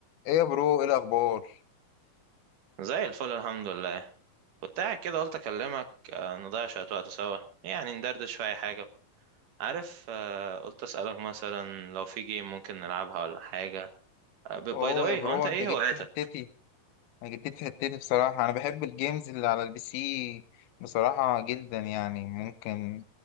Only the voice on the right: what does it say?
زي الفل الحمد لله كنت قاعد كده قلت اكلمك آه، نضيع شوية وقت سوا يعني ندردش في اي حاجة عارف آه، قلت اسألك مثلا لو في جيم ممكن نلعبها ولا حاجة باي
ذا واي
هو انت ايه
هواياتك